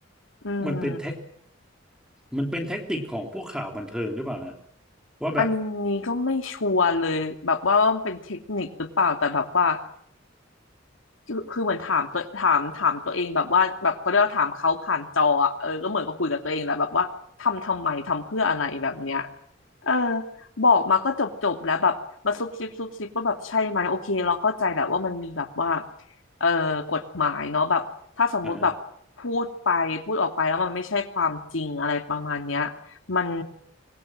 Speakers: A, on the left; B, in the centre.
A: อืม
B: มันเป็นเทคมันเป็นแท็กติกของพวกข่าวบันเทิงหรือเปล่าฮะว่าแบบ
A: อันนี้ก็ไม่ชัวร์เลยแบบว่ามันเป็นเทคนิคหรือเปล่าแต่แบบว่าคือคือเหมือนถามตัวถามถามตัวเองแบบว่าแบบเขาเรียกว่าถามเขาผ่านจออะเออก็เหมือนกับคุยกับตัวเองแหละแบบว่าทำทำไมทำเพื่ออะไรแบบเนี้ย เออบอกมาก็จบจบแล้วแบบมาซุบซิบซุบซิบว่าแบบใช่ไหมโอเคเราเข้าใจแหละว่ามันมีแบบว่าเออกฎหมายเนาะแบบถ้าสมมุติแบบพูดไปพูดออกไปแล้วมันไม่ใช่ความจริงอะไรประมาณเนี้ย
B: อ่า
A: มัน